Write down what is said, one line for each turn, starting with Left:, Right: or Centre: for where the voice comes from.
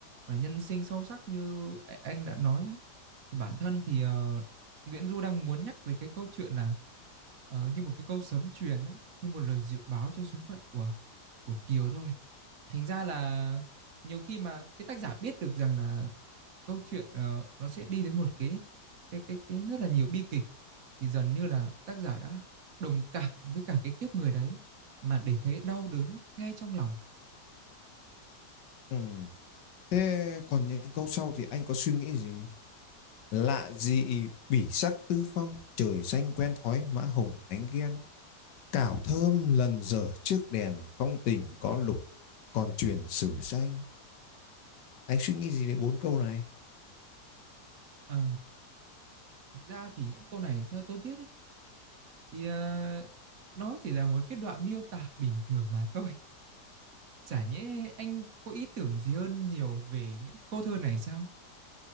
Right: và nhân sinh sâu sắc như anh đã nói Thì bản thân thì ờ, Nguyễn Du đang muốn nhắc về cái câu chuyện là ờ, như một cái câu sấm truyền á, như một lời dự báo cho số phận của của Kiều thôi. Thành ra là nhiều khi mà cái tác giả biết được rằng là câu chuyện ờ, nó sẽ đi đến một cái cái cái cái rất là nhiều bi kịch thì dần như là tác giả đã đồng cảm với cả cái kiếp người đấy mà để thấy đau đớn ngay trong lòng.
Left: Ừm, Thế còn những câu sau thì anh có suy nghĩ gì? Lạ gì bỉ sắc tư phong, trời xanh quen thói mã hồng đánh ghen. Cảo thơm lần dở trước đèn, phong tình có lục, còn truyền sử xanh. Anh suy nghĩ gì về bốn câu này?
Right: Ờ, thực ra thì những câu này theo tôi biết ấy, thì ờ, nó chỉ là một cái đoạn miêu tả bình thường mà thôi. Chả nhẽ anh có ý tưởng gì hơn nhiều về những cái câu thơ này sao?